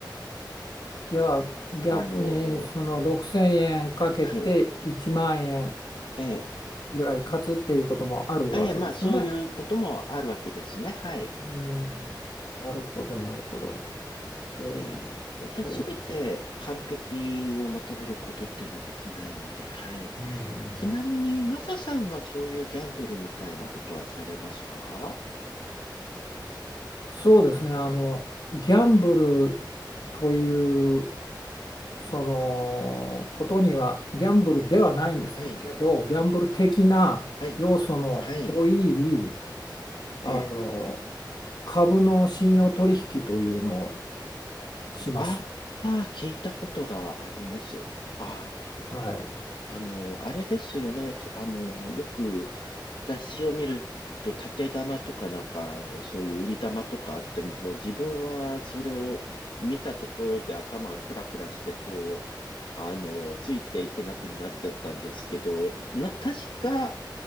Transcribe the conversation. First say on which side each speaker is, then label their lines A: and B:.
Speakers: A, on the left; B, on the left.
A: じゃあ逆にその6000円かけて1万円
B: あのーはい。ええ、
A: ぐらい勝つっていうこともあるわけですよね。
B: ええ、まあそういうこともあるわけですね。はい。
A: うん。なるほど、なるほど。えー
B: ええやっぱりすべて完璧を求めることっていうのはできないので、
A: そうです。
B: はい。
A: うん
B: ちなみに、マサさんはそういうギャンブルみたいなことはされますか
A: そうですね。あの、ギャンブルという、そのことには、ギャンブルではないんですけど、
B: はい、
A: ギャンブル的な要素の多い、
B: はい、はい、
A: あの、
B: ええ
A: 株の信用取引というのをしますね。
B: ああ、聞いたことがあります。ああ。
A: はい。
B: あの、あれですよね。あの、よく雑誌を見ると、縦玉とかなんか、あの、そういう売り玉とかあって、もう自分はそれを見たところで頭がクラクラして、こう、あの、ついていけなくなっちゃったんですけど、な、確か、